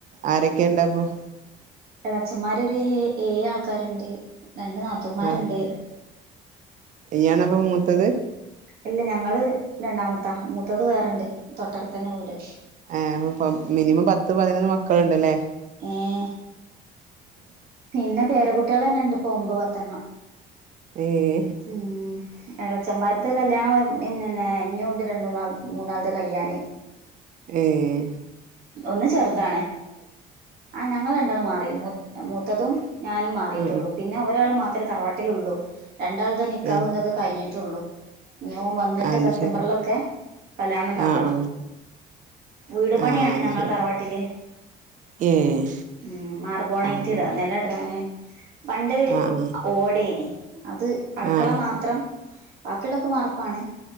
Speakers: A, on the right (about 50°); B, on the right (about 65°).
A: ആരൊക്കെണ്ടപ്പൊ
B: എളച്ചമ്മാരൊരൂ ഏഴാൾക്കാര്ണ്ട്. രണ്ട് നാത്തൂമ്മാര്ണ്ട്
A: ആ ഇയ്യാണപ്പൊ മൂത്തത്
B: അല്ല ഞങ്ങള് രണ്ടാമത്താ മൂത്തത് വേറെണ്ട് തൊട്ടടുത്തന്നെ വീട്
A: ഏഹ് അപ്പം മിനിമം പത്ത് പതിനൊന്ന് മക്കള്ണ്ട് ലേ
B: ഉം പിന്നെ പേരകുട്ട്യാളെന്നെണ്ട്പ്പൊ ഒമ്പത് പത്തെണ്ണം
A: ഏഹ്
B: ഉം എളച്ചമ്മാര്ത് കല്യാണോ മിന്നല്ലേ ഇഞ്ഞിയുണ്ട് രണ്ട് മൂന്നാൾ മൂന്നാൾത് കയ്യാന്
A: ഏഹ്
B: ഒന്ന് ചെർതാണ്. ആഹ് ഞങ്ങള് രണ്ടാളും മാറി മൂ മൂത്തതും ഞാനും മാറിട്ടൊള്ളു
A: ആ
B: പിന്നെ ഒരാള് മാത്രേ തറവാട്ടിലൊള്ളൂ. രണ്ടാൾത് നിക്കാഹും
A: ആ
B: തൊക്കെ കഴിഞ്ഞിട്ടൊള്ളൂ. ന്നി ഓം വന്നിട്ട്
A: ആ അത്
B: സെപ്തംബറിലൊക്കെ
A: ശരി
B: കല്യാണംണ്ടാക്കണം
A: ആഹ് ആഹ്
B: വീട് പണിയാണ്
A: ആഹ് അത്
B: ഞങ്ങളെ
A: ശരി
B: തറവാട്ടില്.
A: ഏഹ്
B: ഉം മാർബോണൈറ്റ്ട
A: ആഹ്
B: നെല ടാന്. പണ്ട്
A: ആഹ്
B: ഓടേനി അത് അട്ക്കള
A: ആഹ്
B: മാത്രം. ബാക്കിള്ളൊക്കെ വാർപ്പാണ്.